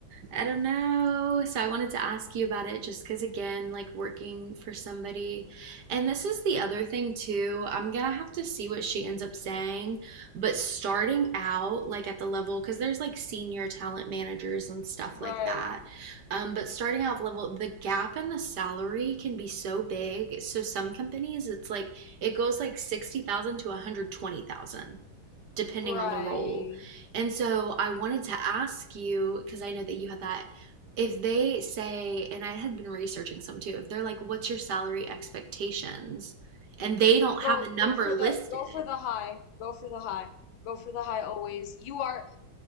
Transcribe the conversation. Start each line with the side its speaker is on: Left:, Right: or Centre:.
Right: I don't know. So I wanted to ask you about it just because, again, like working for somebody. And this is the other thing, too. I'm gonna have to see what she ends up saying. But starting out, like at the level, because there's like senior talent managers and stuff
Left: Right.
Right: like that. Um, but starting out level, the gap in the salary can be so big. So some companies, it's like it goes like 60,000 to 120,000 depending
Left: Right.
Right: on the role. And so I wanted to ask you, because I know that you had that, if they say, and I had been researching some too, if they're like, what's your salary expectations? And they don't
Left: Go
Right: have a number
Left: go for
Right: listed.
Left: the go for the high. Go for the high. Go for the high always. You are